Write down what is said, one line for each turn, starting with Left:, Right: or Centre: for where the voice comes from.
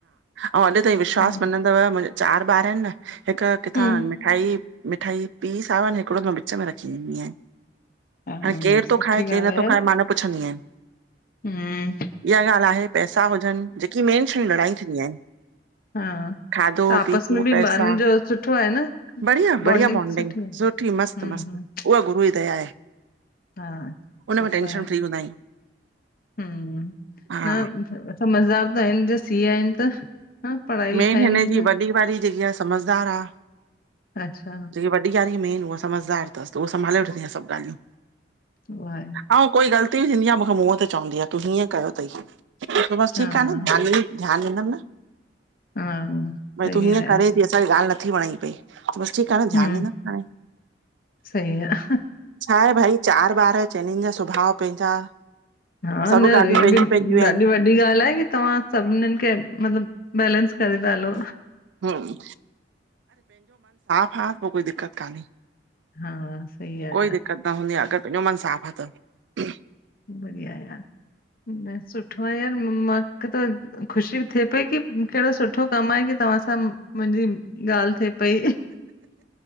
Right: अंऊ अॼु ताईं विश्वास
Left: हम्म
Right: मनंदव मुंहिंजा चार ॿार आहिन न हिक किथां
Left: हम्म,
Right: मिठाई। मिठाई पीस आयो आ न हिकड़ो मां विच में रखी वेन्दी आहया।
Left: हा
Right: हाणे केर
Left: न
Right: थो
Left: सुठी
Right: खाए केर
Left: ॻाल्हि
Right: न।। तोखा
Left: आहे
Right: मां हे न पुछंदी आहियां।
Left: हम्म
Right: इहा गाल्ह आहे पैसा हुजन। जेकी मेन शयूं लड़ायूं दीन्दियूं आहिंन।
Left: हा
Right: खादो,
Left: त आपस
Right: पीतो,
Left: में बि
Right: पैसा
Left: ॿारनि जो सुठो आहे न
Right: बढ़िया।
Left: बॉन्डिंग
Right: बढ़िया बॉंडिंग
Left: आहे
Right: सुठी मस्त
Left: हम्म
Right: मस्त।
Left: हम्म
Right: उहा गुरू जी दया आहे।
Left: हा।
Right: उन
Left: सुठो
Right: में टेंशन
Left: आहे
Right: फ्री हूंदा आहियूं।
Left: हम्म,
Right: हा
Left: त समझदार त सीए आहिनि त। <unintelligible> पढ़ाई लिखाई
Right: मेन हिनजी
Left: में
Right: वॾी वारी जेकी आह समझदार आ।
Left: अच्छा
Right: जेकी वॾी वारी मेन उहा समझदार तस। त उह संभाले वठंदी आह सभ ॻाल्हियूं।
Left: उहा आहे
Right: अऊं कोई ग़लती बि थींदी आहे। मूंखे मुंह ते चवंदी आहे तूं हीअं कयो तयी। त बस
Left: हा
Right: ठीक आहे ना ध्यान ॾींदम न।
Left: हा
Right: भई
Left: सही
Right: तूं हीअं
Left: आहे यार
Right: करेंती असांखे ॻाल्ह नथी वणे पई। ठीक आ न ध्यान
Left: हम्म
Right: ड़ींदम न हाणे।
Left: सही आहे
Right: छा ऐ भाई चार।। ॿार चइनिन जा सुभा पंहिंजा।
Left: हा
Right: सभु
Left: न
Right: ॻाल्हियूं
Left: हे
Right: पंहिंजी
Left: बि
Right: पंहिंजियूं आहिनि।
Left: ॾाढी वॾी ॻाल्ह आहे। की तव्हां सभनिन्नन खे मतलब।। बैलेंस करे ता हलो।
Right: हम्म हा पो कोई दिक्कत कान्हे।
Left: हा सही आहे
Right: कोई
Left: यार
Right: दिक्कत न हूंदी आ अगर पहिंजो मन साफ़ आहे। त। <inaudible>
Left: बढ़िया यार। सुठो आहे यार। मांखे त ख़ुशी थे।। की केहड़ो सुठो कम आहे की तव्हां सां मुंहिंजी।। ॻाल्ह थे पई।